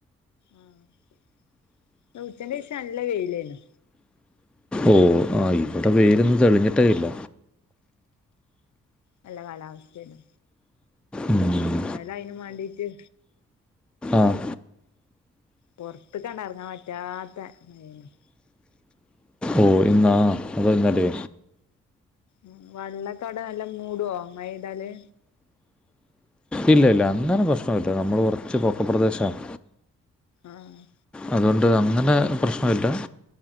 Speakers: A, on the left; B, in the centre.
A: ആഹ് ഇന്ന് ഉച്ചന്റേശം നല്ല വെയിലേന്നു.
B: ഓഹ് ആഹ് ഇവിടെ വെയിലൊന്നും തെളിഞ്ഞിട്ടേയില്ല.
A: നല്ല കാലാവസ്ഥേണ്
B: ഉം,
A: ഇന്നലയ്നും വാണ്ടീട്ട്.
B: ആഹ്.
A: പൊർത്ത്ക്കാണ്ട് എർങ്ങാൻ പറ്റാത്ത മഴേനി.
B: ഓഹ് ഇന്നാ അതോ ഇന്നലേ.
A: ഉം വള്ളെക്കെ അവിടെ നല്ലം മൂടോ മഴെയ്താല്.
B: ഇല്ല ഇല്ല അങ്ങനെ പ്രശ്ന ഇല്ല നമ്മള് കൊറച്ച് പൊക്ക പ്രദേശാണ്.
A: ആഹ്.
B: അതോണ്ട് അങ്ങനെ പ്രശ്ന ഇല്ല.